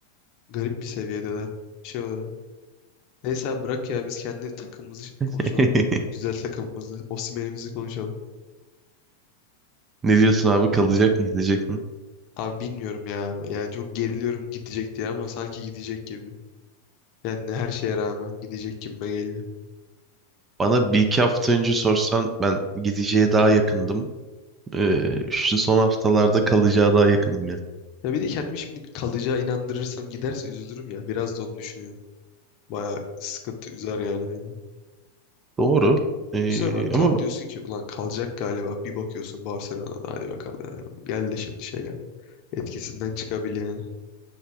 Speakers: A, on the left; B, on the right.
A: Garip bir seviyedeler şey olarak. Neyse abi bırak ya biz kendi takımımızı konuşalım.
B: <laughs>
A: Güzel takımımızı, Osimhen'imizi konuşalım.
B: Ne diyorsun abi kalacak mı gidecek mi?
A: Abi bilmiyorum ya. Yani çok geriliyorum gidecek diye ama sanki gidecek gibi. Yani her şeye rağmen gidecek gibime geliyor.
B: Bana bir iki hafta önce sorsan ben gideceğe daha yakındım. Ee, şu son haftalarda kalacağı daha yakınım ya.
A: Ya bir de kendimi şimdi kalacağı inandırırsam giderse üzülürüm ya. Biraz da onu düşünüyorum. Baya sıkıntı üzer yani beni.
B: Doğru. Ee,
A: Düşünsene bak tam
B: ama
A: diyorsun ki ulan kalacak galiba. Bir bakıyorsun Barcelona'da hadi bakalım. Gel de şimdi şey yap. Etkisinden çıkabil yani.